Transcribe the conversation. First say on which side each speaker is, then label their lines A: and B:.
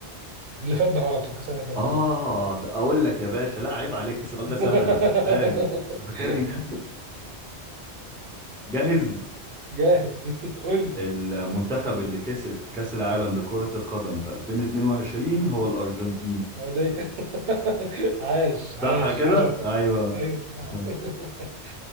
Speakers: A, on the right; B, in the centre.
A: اللي فات ده غلط وكأس العالم اللي
B: اه
A: فات ده غلط
B: ده اقول لك يا باشا لا عيب عليك السؤال
A: <laughs>
B: ده سهل بالنسبة لي انت فاكرني ناسي جاهز
A: جاهز قول لي
B: المنتخب اللي كسب كأس العالم لكرة القدم في 2022 هو الأرجنتين
A: السعودية <laughs> عاش عاش
B: صح كده؟
A: عاش على-
B: أيوه
A: ايوه صح
B: <laughs>
A: <laughs>